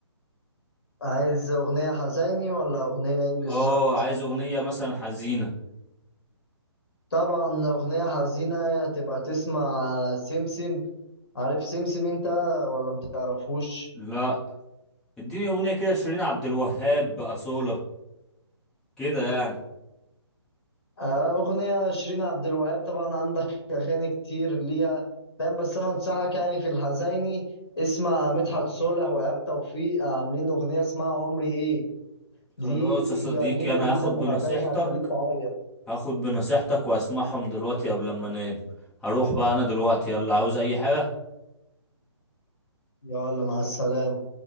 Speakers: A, on the left (about 55°); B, in the centre.
A: عايز اغنيه حزيني ولا اغنيه ايه بالظبط
B: اه عايز اغنية مثلا حزينة
A: طبعا أغنية حزينة تبقى تسمع سمسم عارف سمسم انت ولا متعرفوش
B: لا اديني اغنية كده لشيرين عبد الوهاب بأصالة كده يعني
A: آه، أغنية شيرين عبد الوهاب طبعا عندك أغاني كتير ليها فاهم بس أنا أنصحك يعني في الحزيني اسمع مدحت صالح وإيهاب توفيق عاملين أغنية اسمها عمري إيه دي
B: خلاص يا
A: جميلة
B: صديقي انا
A: جدا
B: هاخد بنصيحتك
A: وحزينة هتخليك تعيط
B: هاخد بنصيحتك واسمعهم دلوقتي قبل ما انام هروح بقى انا دلوقتي يلا عاوز اي حاجة
A: يلا مع السلامة